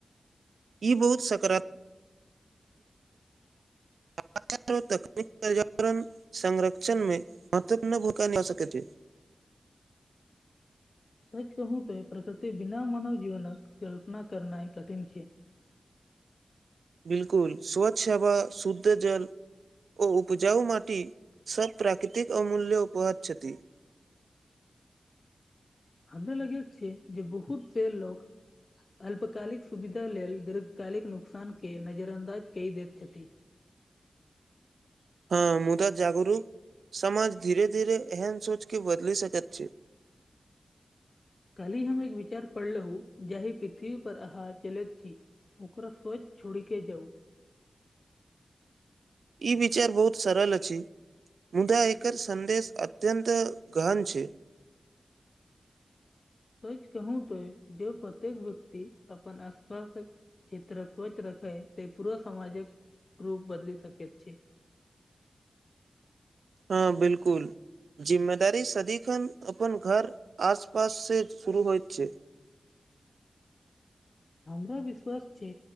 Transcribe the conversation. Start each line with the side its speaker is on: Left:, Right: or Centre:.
Right: ई बहुत सकारात्मक आ तकनीक पर्यावरण संरक्षण में महत्वपूर्ण भूमिका निभा सकैत छै <unintelligible>
Left: सच कहू त प्रकृति बिना मानव जीवनक कल्पना करनाय कठिन छै
Right: बिल्कुल स्वच्छ सेवा शुद्ध जल ओ उपजाउ माटी सब प्राकृतिक अमूल्य उपहार छथि
Left: हमरा लगैत छै जे बहुत पैघ लोग अल्पकालिक सुविधा लेल दीर्घकालिक नुकसान के नजरअन्दाज कै दैत छथि <inaudible>
Right: हँ मुदा जागरूक समाज धीरे धीरे एहन सोच के बदलि सकैत छै
Left: काल्हि हम एक विचार पढ़लू जहि पृथ्वी पर अह चलैत छी ओकरा स्वच छोड़िके जाउ
Right: ई विचार बहुत सरल अछि मुदा एकर सन्देश अत्यन्त गहन छै
Left: सच कहू तो जे प्रत्येक व्यक्ति अपन आसपास क्षेत्रक तरफ स्वच्छ रखै त पूरा सामजक रूप बदल सकैत छी
Right: हँ बिल्कुल जिम्मेदारी सदिखन अपन घर आसपाससँ शुरू होयत छै
Left: हमरा विश्वास छै